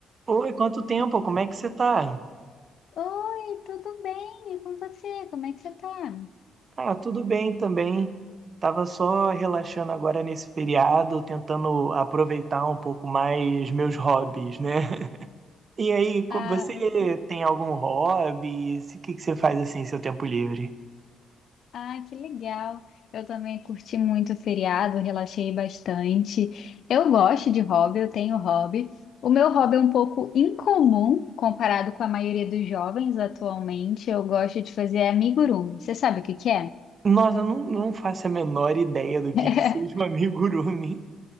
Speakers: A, on the right; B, on the left.
A: Oi, quanto tempo? Como é que você tá?
B: Oi, tudo bem? E com você? Como é que você tá?
A: Ah, tudo bem também. Tava só relaxando agora nesse feriado, tentando aproveitar um pouco mais meus hobbies, né? <laughs> E aí, co-
B: Ah,
A: você
B: que,
A: tem algum hobby? O que que você faz assim em seu tempo livre?
B: ah, que legal. Eu também curti muito o feriado, relaxei bastante. Eu gosto de hobby, eu tenho hobby. O meu hobby é um pouco incomum comparado com a maioria dos jovens atualmente. Eu gosto de fazer amigurumi. Você sabe o que que é?
A: Nossa, eu não, não faço a menor ideia do que
B: <laughs>
A: que seja um amigurumi.